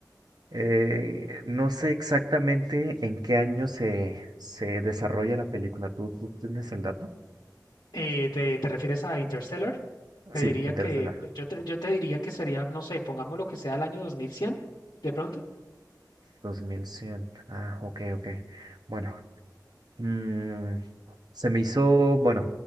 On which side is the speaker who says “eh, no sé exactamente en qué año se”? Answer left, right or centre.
Right